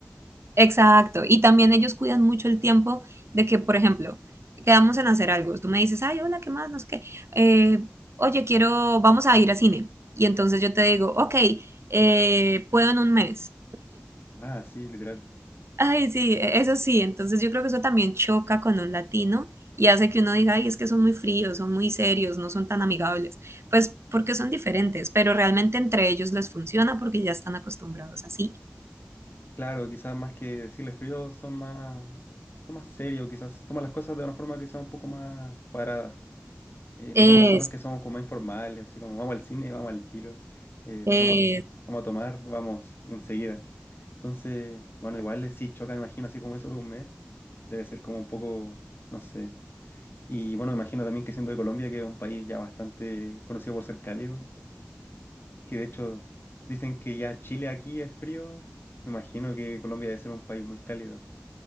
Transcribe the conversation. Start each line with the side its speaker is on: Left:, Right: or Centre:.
Right: Exacto. Y también ellos cuidan mucho el tiempo de que, por ejemplo, quedamos en hacer algo. Tú me dices, ay, hola, ¿qué más? No sé qué. Eh, oye, quiero, vamos a ir a cine. Y entonces yo te digo, ok, eh, puedo en un mes.
Left: Ah, sí, literal.
Right: Ay, sí, e- eso sí. Entonces yo creo que eso también choca con un latino y hace que uno diga, ay, es que son muy fríos, son muy serios, no son tan amigables. Pues porque son diferentes, pero realmente entre ellos les funciona porque ya están acostumbrados así.
Left: Claro, quizás más que decirles frío son más, son más serios, quizás toman las cosas de una forma quizás un poco más cuadrada. Eh,
Right: Es,
Left: no como nosotros que somos como más informales, así como vamos al cine, vamos al tiro, eh,
Right: es.
Left: vamos, a- vamos a tomar, vamos enseguida. Entonces, bueno, igual eh, sí choca, me imagino, así como eso de un mes. Debe ser como un poco, no sé. Y bueno, me imagino también que siendo de Colombia, que es un país ya bastante conocido por ser cálido, que de hecho dicen que ya Chile aquí es frío, me imagino que Colombia debe ser un país muy cálido.